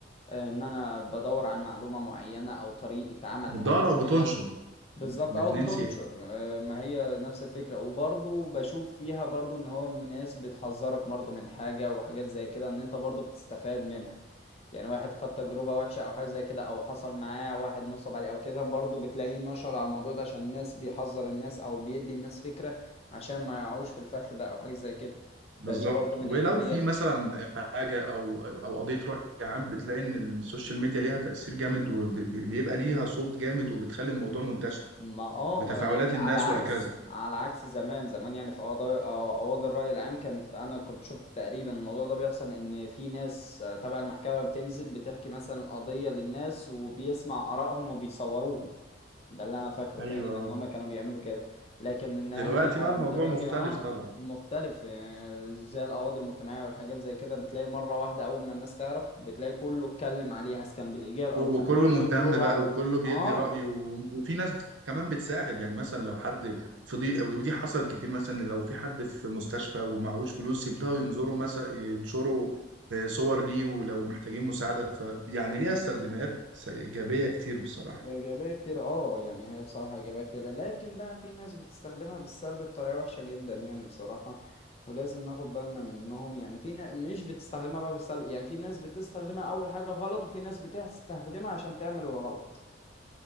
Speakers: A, on the left; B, on the right.
A: آه، ان انا بدور عن معلومه معينه او طريقه عمل
B: بتدور
A: حاجه معينه
B: او بتنشر
A: بالظبط
B: الاثنين
A: او بتنشر آه، ما هي نفس الفكره وبرضو بشوف فيها برضو ان هو من ناس بتحذرك برضو من حاجه وحاجات زي كده ان انت برضو بتستفاد منها يعني واحد خد تجربه وحشه او حاجه زي كده او حصل معاه واحد نصب عليه او كده برضو بتلاقيه نشر على الموضوع ده عشان الناس بيحذر الناس او بيدي الناس فكره عشان ما يقعوش في الفخ ده او حاجه زي كده
B: بالظبط
A: فدي برضو من
B: ولو
A: ايجابيات
B: في مثلا حاجه او او قضيه راي عام بتلاقي ان السوشيال ميديا ليها تاثير جامد وبيبقى ليها صوت جامد وبتخلي الموضوع منتشر
A: ما اه
B: وتفاعلات
A: ما يعني على
B: الناس
A: عكس
B: وهكذا
A: على عكس زمان زمان يعني في قضايا آه، قواضي الرأي العام كانت انا كنت شفت تقريبا الموضوع ده بيحصل ان في ناس آه، تبع المحكمة بتنزل بتحكي مثلا القضية للناس وبيسمع آرائهم وبيصوروهم ده اللي انا فاكره
B: ايوه
A: تقريبا ان هم كانوا بيعملوا كده لكن ان هي
B: دلوقتي بقى الموضوع
A: دلوقتي
B: مختلف
A: اه
B: طبعا
A: مختلف يعني زي القواضي المجتمعية والحاجات زي كده بتلاقي مرة واحدة اول ما الناس تعرف بتلاقي كله اتكلم عليها سواء كان بالإيجاب او
B: وكله
A: سواء- كله
B: مهتم
A: بيقول رأيه
B: بقى وكله بيدي
A: اه
B: رأيه و- وفي ناس بت- كمان بتساعد يعني مثلا لو حد في ضيق ودي حصلت كتير مثلا لو في حد في مستشفى ومعهوش فلوس يبدأوا ينظروا مثلا ينشروا آه، صور ليه ولو محتاجين مساعدة ف يعني ليها استخدامات إيجابية كتير بصراحة
A: إيجابية كتير اه يعني هي بصراحة إيجابية كتير لكن بقى في ناس بتستخدمها بالسلب بطريقة وحشة جدا يعني بصراحة ولازم ناخد بالنا منهم يعني في نا... مش بتستخدمها بقى بالسلب يعني في ناس بتستخدمها أول حاجة غلط وفي ناس بتستخدمها عشان تعمل الغلط